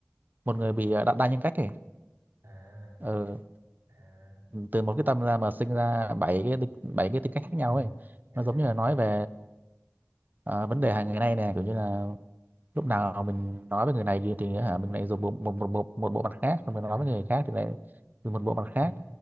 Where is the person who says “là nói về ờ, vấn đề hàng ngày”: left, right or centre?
Right